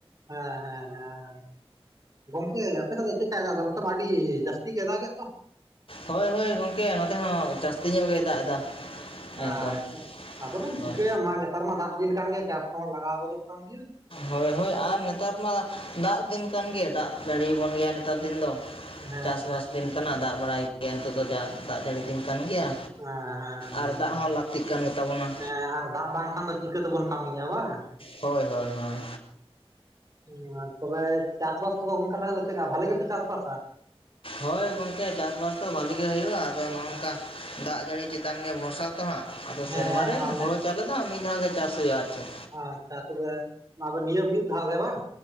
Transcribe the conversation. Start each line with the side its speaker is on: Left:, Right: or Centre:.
Right: ᱦᱮᱸ ᱦᱮᱸ ᱦᱮᱸ ᱦᱮᱸ ᱜᱚᱢ ᱤᱭᱟᱹ ᱟᱯᱮ ᱫᱚ ᱪᱮᱠᱟᱫᱟ ᱚᱱᱛᱮ ᱢᱟ ᱟᱰᱤ ᱡᱟᱥᱛᱤ ᱜᱮ ᱟᱜ-ᱫᱟ ᱮᱜ ᱫᱚ᱾
Left: ᱦᱳᱭᱼᱦᱳᱭ ᱜᱚᱢᱠᱮ ᱱᱚᱛᱮ ᱦᱚᱸ ᱡᱟᱹᱥᱛᱤ ᱧᱚᱜ ᱜᱮᱭ ᱫᱟᱜ ᱮᱫᱟ᱾ ᱮᱠᱫᱚᱢ
Right: ᱟᱪᱪᱷᱟ ᱟᱫᱚ ᱵᱮᱱ
Left: ᱦᱳᱭ
Right: ᱪᱤᱠᱟᱹᱭᱟ ᱢᱟ ᱱᱮᱛᱟᱨ ᱢᱟ ᱫᱟᱜ ᱫᱤᱱ ᱠᱟᱱ ᱜᱮ ᱪᱟᱥ ᱠᱚᱦᱚᱸ ᱞᱟᱜᱟᱣ ᱜᱚᱫᱚᱜ ᱠᱟᱱ ᱜᱮᱭᱟ᱾
Left: ᱦᱳᱭ ᱦᱳᱭ ᱟᱨ ᱱᱮᱛᱟᱨ ᱢᱟ ᱫᱟᱜ ᱫᱤᱱ ᱠᱟᱱ ᱜᱮ ᱫᱟᱜ ᱡᱟᱹᱲᱤᱭᱟ ᱟᱵᱚᱱ ᱜᱮᱭᱟ ᱱᱮᱛᱟᱨ ᱫᱤᱱ ᱫᱚ᱾
Right: ᱦᱮᱸ
Left: ᱪᱟᱥᱵᱟᱥ ᱫᱤᱱ ᱠᱟᱱᱟ ᱫᱟᱜ ᱵᱟᱲᱟᱭ ᱜᱮᱭᱟ ᱱᱤᱛᱚᱜ ᱫᱚᱟ ᱫᱟᱜ ᱡᱟᱹᱲᱤ ᱫᱤᱱ ᱠᱟᱱ ᱜᱮᱭᱟ᱾
Right: ᱦᱮᱸ ᱦᱮᱸ
Left: ᱟᱨ ᱫᱟᱜ ᱦᱚᱸ ᱞᱟᱹᱠᱛᱤᱜ ᱠᱟᱱ ᱜᱮᱛᱟᱵᱚᱱᱟ᱾
Right: ᱦᱮᱸ ᱟᱨ ᱵᱟᱝᱠᱷᱟᱱ ᱫᱚ ᱪᱤᱠᱟᱹ ᱛᱮᱵᱚᱱ ᱠᱟᱹᱢᱮᱫᱤᱭᱟ ᱵᱟᱝ?
Left: ᱦᱳᱭ ᱦᱳᱭ ᱦᱳᱭ
Right: ᱦᱮᱸ ᱛᱚᱵᱮ ᱪᱟᱥᱵᱟᱥ ᱠᱚᱫᱚ ᱚᱱᱠᱟ <unintelligible> ᱫᱚ ᱪᱮᱫᱠᱟ ᱵᱷᱟᱞᱤ ᱜᱮᱯᱮ ᱪᱟᱥ ᱵᱟᱥᱟ᱾
Left: ᱦᱳᱭ ᱜᱚᱝᱠᱮ ᱪᱟᱥ ᱵᱟᱥ ᱫᱚ ᱵᱷᱟᱹᱞᱤ ᱜᱮ ᱦᱩᱭᱩᱜᱼᱟ, ᱟᱫᱚ ᱱᱚᱜᱼᱝᱠᱟ ᱫᱟᱜ ᱡᱟᱹᱲᱤ ᱪᱮᱛᱟᱱ ᱜᱮ ᱵᱷᱚᱨᱥᱟ ᱦᱟᱸᱜ ᱟᱫᱚ
Right: ᱦᱮᱸ
Left: ᱥᱮᱨᱢᱟᱨ ᱨᱮ
Right: ᱟᱞᱮ
Left: ᱦᱳᱲᱳ ᱪᱟᱣᱞᱮ ᱫᱚ ᱢᱤᱫ ᱫᱷᱟᱣ ᱜᱮ ᱪᱟᱥ ᱦᱩᱭᱩᱜᱼᱟ ᱟᱨ ᱪᱮᱫ
Right: ᱟᱸ ᱪᱦᱟ ᱛᱚᱵᱮ ᱟᱵ ᱱᱤᱭᱚᱢ ᱢᱤᱫᱫᱷᱟᱣ ᱜᱮ ᱵᱟᱝ?